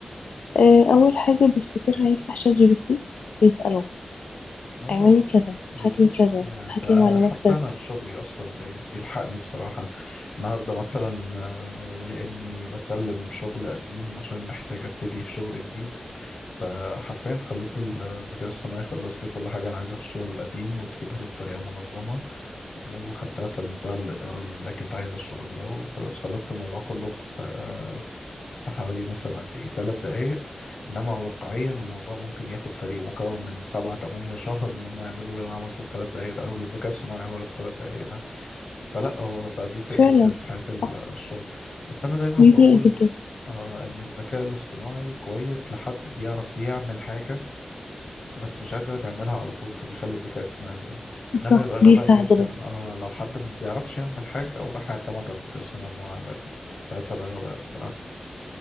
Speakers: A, on the left; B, on the left.
A: آه، أول حاجة بيفتكرها يفتح شات جي بي تي يسأله
B: اه
A: اعملي كذا
B: بالظبط
A: هاتلي كذا
B: يا ده
A: هاتلي معلومات
B: حتى
A: كذا
B: انا في شغلي اصلا بي- بيلحقني بصراحه النهارده مثلا آه، لاني بسلم شغل قديم عشان محتاج ابتدي في شغل جديد فحرفيا خليت الذكاء الاصطناعي يخلص لي كل حاجه انا عايزها في الشغل القديم ويكتبها لي بطريقه منظمه وخدتها سلمتها للاداره اللي كانت عايزه الشغل ده وخلاص خلصت الموضوع كله في آه، في حوالي مثلا قد ايه ثلاث دقايق انما واقعيا الموضوع ممكن ياخد فريق مكون من سبعة تمانية شهر ان هم يعملوا اللي انا عملته في ثلاث دقايق ده او اللي الذكاء الصناعي عمله في ثلاث دقايق ده فلا هو بقى بيفرق
A: فعلا
B: جدا في حياة ال-
A: صح
B: الشغل بس انا دايما
A: بيفرق
B: بقول
A: جدا
B: آه ان الذكاء الاصطناعي كويس لحد بيعرف يعمل حاجة بس مش عايز يقعد يعملها على طول فبيخلي الذكاء الصناعي يعملها
A: صح
B: انما يبقى غباء
A: بيساعده
B: جدا
A: بس
B: اه لو حد ما بيعرفش يعمل حاجة وراح يعتمد على الذكاء الصناعي ان هو يعملها ساعتها ده غباء بصراحة